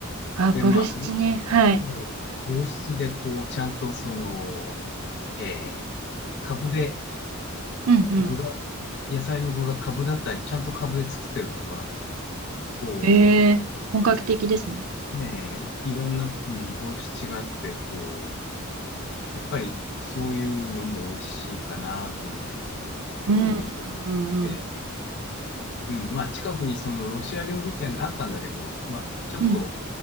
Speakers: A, on the right; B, on the left.
A: あ、
B: で、
A: ボルシチね。
B: まあ、ボ、
A: はい。
B: えーボルシチでこう、ちゃんとその、えー、株で
A: うんうん。
B: 具が、野菜の具が株だったり、ちゃんと株で作ってるとか、こ
A: へえ。本格的ですね。
B: う、えー、いろんな、うん、ボルシチがあって、こう、やっぱりそういうのも美味しいかなという
A: うんうんうんうん。
B: ふうに思って、うん、まあ近くにそのロシア料理店があったんだけど、まあちょっと
A: うん。